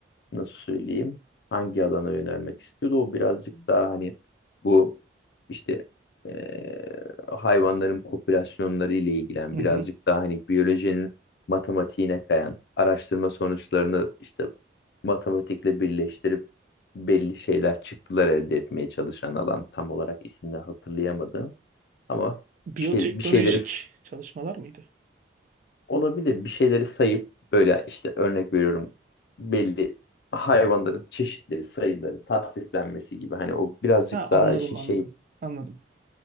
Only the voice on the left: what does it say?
nasıl söyleyeyim hangi alana yönelmek istiyordu o birazcık daha hani bu işte eee, hayvanların popülasyonları ile ilgilen
birazcık
daha hani biyolojinin matematiğine kayan araştırma sonuçlarını işte matematikle birleştirip belli şeyler çıktılar elde etmeye çalışan alan tam olarak ismini hatırlayamadım ama
bir, şey, bir şeyleri
Olabilir. Bir şeyleri sayıp böyle işte örnek veriyorum belli hayvanların çeşitleri, sayıları, tasniflenmesi gibi. Hani o birazcık
daha işin
şey